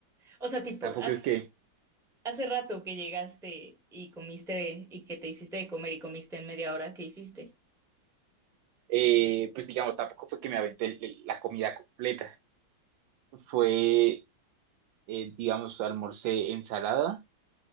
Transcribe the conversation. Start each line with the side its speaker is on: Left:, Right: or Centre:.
Centre: O sea, tipo,
Right: tampoco
Centre: ¿has,
Right: es que,
Centre: Hace rato que llegaste y comiste y que te hiciste de comer y comiste en media hora, ¿qué hiciste?
Right: eh, pues digamos, tampoco fue que me aventé el- el- la comida completa. Fue, eh, digamos, almorcé ensalada,